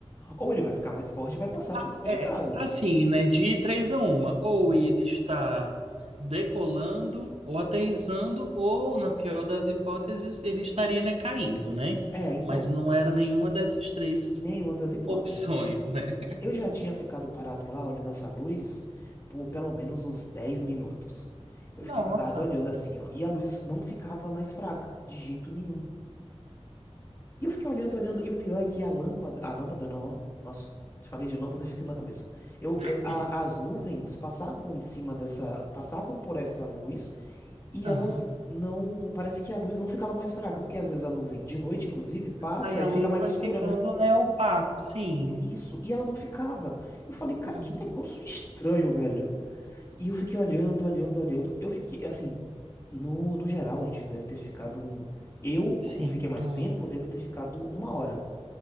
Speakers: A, on the left; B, on the right.
A: ou ele vai ficar mais forte e vai passar
B: Ah,
A: por cima
B: é,
A: de casa.
B: assim, né? De três a uma. Ou ele está decolando, ou aterrissando, ou, na pior das hipóteses, ele estaria, né, caindo, né?
A: É, então,
B: Mas não era nenhuma dessas três
A: nenhuma das hipóteses.
B: opções, né?
A: Eu já tinha ficado parado lá olhando essa luz por pelo menos uns 10 minutos. Eu
B: Nossa.
A: fiquei parado olhando assim, ó, e a luz não ficava mais fraca, de jeito nenhum. E eu fiquei olhando, olhando, e o pior é que a lâmpada, a lâmpada não, ó. Nossa, falei de lâmpada ficando na cabeça. Eu, eu-
B: <laughs>
A: a- as nuvens passavam em cima dessa, passavam por essa luz e
B: Aham.
A: elas não, parece que a luz não ficava mais fraca, porque às vezes a nuvem de noite, inclusive, passa
B: Aí a
A: e fica
B: luz
A: mais
B: vai
A: escura,
B: ficando,
A: né?
B: né, opaco. Sim.
A: Isso, e ela não ficava. Eu falei, cara,
B: Hum.
A: que negócio estranho, velho. E eu fiquei olhando, olhando, olhando. Eu fiquei, assim, no, no geral, a gente deve ter ficado um. Eu,
B: Sim.
A: como fiquei mais
B: Ah,
A: tempo, devo ter ficado uma hora